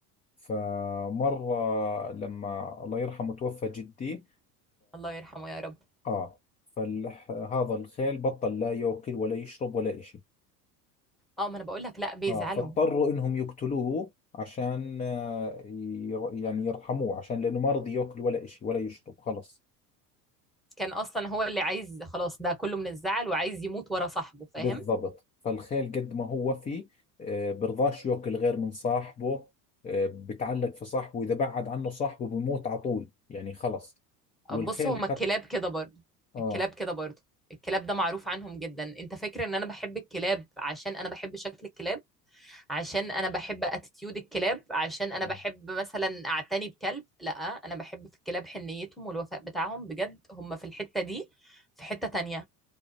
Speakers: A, on the left (about 20°); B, in the centre.
A: فمرة لما الله يرحمه توفى جدي
B: الله يرحمه يا رب
A: آه فهذا الخيل بطل لا يأكل ولا يشرب ولا إشي
B: اه ما انا بقول لك لا بيزعلوا
A: آه فاضطروا انهم يقتلوه عشان آه ير يعني يرحموه عشان لانه ما رضي ياكل ولا اشي ولا يشرب خلص
B: كان اصلا هو اللي عايز خلاص ده كله من الزعل وعايز يموت ورا صاحبه فاهم
A: بالضبط فالخيل قد ما هو وفي آه برضاش ياكل غير من صاحبه آه بتعلق في صاحبه واذا بعد عنه صاحبه بموت على طول يعني خلص والخيل
B: بص هما
A: حتى
B: الكلاب كده برضه
A: اه
B: الكلاب كده برضه الكلاب ده معروف عنهم جدا انت فاكر ان انا بحب الكلاب عشان انا بحب شكل الكلاب عشان انا بحب اتيتيود الكلاب عشان انا
A: آه.
B: بحب مثلا اعتني بكلب لا انا بحب في الكلاب حنيتهم والوفاء بتاعهم بجد هم في الحتة دي في حتة تانية